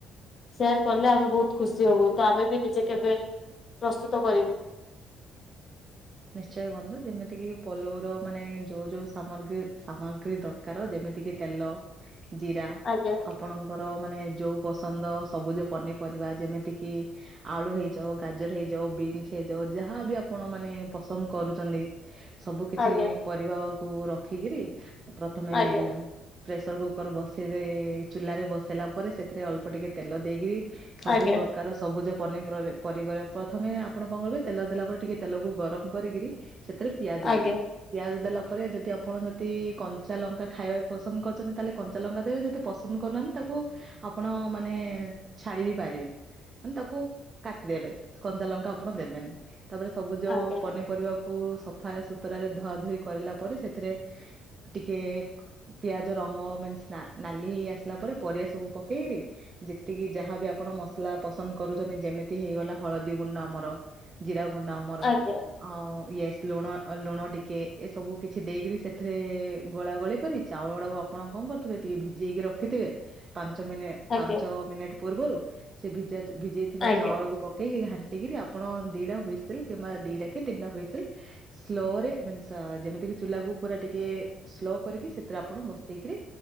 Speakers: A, on the left; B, on the right.
A: ସେୟାର କଲେ ଆମେ ବହୁତ ଖୁସି ହବୁ ତ ଆମେ ବି ନିଜେ କେବେ ପ୍ରସ୍ତୁତ କରିବୁ।
B: ନିଶ୍ଚୟ ବନ୍ଧୁ ଯେମିତି କିି ପୋଲଉର ମାନେ ଯୋଉ ଯୋଉ ସାମଗ୍ରୀ ସାମଗ୍ରୀ ଦର ଯେମିତିକି ତେଲ, ଜିରା
A: ଆଜ୍ଞା
B: ଆପଣ ର ମାନେ ଯୋଉ ପସନ୍ଦ ସବୁଜ ପନିପରିବା ଯେମିତି କିି ଆଳୁ ହେଇଯାଉ, ଗାଜର ହେଇଯାଉ, ବିନ୍ସ ହେଇଯାଉ, ଯାହାବ ଆପଣ ମାନେ ପସନ୍ଦ କରୁଛନ୍ତି, ସବୁ କିଛି
A: ଆଜ୍ଞା
B: ପରିବାକୁ ରଖିକିରି ପ୍ରଥମେ
A: ଆଜ୍ଞା
B: ପ୍ରେସର କୁକର ବସେଇବେ ଚୁଲରେ ବସେଇଲା ପରେ ସେଥିରେ ଅଳ୍ପ ଟିକେ ତେଲ ଦେଇକରି ସବୁ
A: ଆଜ୍ଞା
B: ପ୍ରକାର ସବୁଜ ପନି ପରିବ ପ୍ରଥମେ ଆପଣ କଣ କରିବେ ତେଲ ଦେଲା ପରେ ଟିକେ ତେଲକୁ ଗରମ କରିକିରି ସେଥିରେ ପିଆଜ
A: ଆଜ୍ଞା
B: ଦେବେ। ପିଆଜ ଦେଲା ପରେ ଯଦି ଆପଣ ଯଦି କଞ୍ଚା ଲଙ୍କା ଖାଇବା ପସନ୍ଦ କରୁଛନ୍ତି ତାହେଲେ କଞ୍ଚା ଲଙ୍କା ଦେବେ, ଯଦି ପସନ୍ଦ ପସନ୍ଦ କରୁନାହାନ୍ତି ତାକୁ ଆପଣ ମାନେ ଛାଡି ବି ପାରିବେ। ମାନେ ତାକୁ କାଟିଦେବେ କଞ୍ଚା ଲଙ୍କା ଆପଣ ଦେବେନି। ତାପରେ ସବୁଜ
A: ଆଜ୍ଞା
B: ପନିପରିବାକୁ ସଫା ସୁତୁରାରେ ଧୁଆ ଧୁଇ କରିଲା ପରେ ସେଥିରେ ଟିକେ ପିଆଜ ରଙ୍ଗ ମନ୍ ନାଲି ହେଇ ଆସିଲା ପରେ ପରିବା ସବୁ ପକେଇ କିରି ଯେତିକି ଯାହାବି ଆପଣ ମସଲା ପସନ୍ଦ କରୁଛନ୍ତି ଯେମିତି ହେଇଗଲା ହଳଦୀ ଗୁଣ୍ଡ ଆମର ଜିରା ଗୁଣ୍ଡା ଆମର
A: ଆଜ୍ଞା ଆଜ୍ଞା
B: ଅ ୟେସ୍ ଲୁଣ ଲୁଣ ଟିକେ ଏ ସବୁ କିଛି ଦେଇକରି ସେଥିରେ ଗୋଳା ଗୋଳି କରି ଚାଉଳଡାକୁ ଆପଣ କଣ କରିଥିବେ ଟିକେ ଭିଯେଇକି ରଖିଥିବେ ପାଞ୍ଚ ମିନିଟ
A: ଆଜ୍ଞା
B: ପାଞ୍ଚ ମିନିଟ୍ ପୂର୍ବରୁ ସେ ଭିଜା ଭିଜେଇଥିବା
A: ଆଜ୍ଞା।
B: ଚାଉଳକୁ ପକେଇକି ଘା କିରି ଆପଣ ଦିଟା ହୁଇସିଲ୍ କିମ୍ବା ଦିଟା କି ତିନିଟା ହୁଇସିଲ୍ ସ୍ଲୋରେ ମିନ୍ସ୍ ଯେମିତି କି ଚୁଲାକୁ ପୁରା ଟିକେ ସ୍ଲୋ କରିକି ସେଥିରେ ଆପଣ ବସେଇକିରି